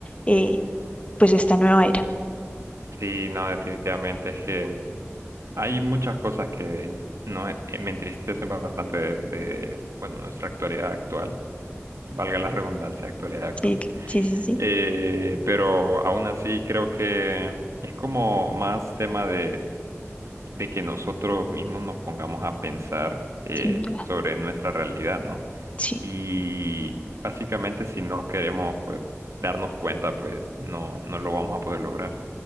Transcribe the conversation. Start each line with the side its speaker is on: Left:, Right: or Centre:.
Left: eh, pues esta nueva era.
Right: Sí, no, definitivamente es que hay muchas cosas que no, eh, me entristecen bastante de, de, bueno, nuestra actualidad actual, valga la redundancia, actualidad actual.
Left: Sí, sí, sí, sí, sí,
Right: Eh, pero aún así creo que es como más tema de, de que nosotros mismos nos pongamos a pensar eh,
Left: sin duda.
Right: sobre nuestra realidad, ¿no?
Left: Sí.
Right: Y básicamente si no queremos pues darnos cuenta, pues no, no lo vamos a poder lograr.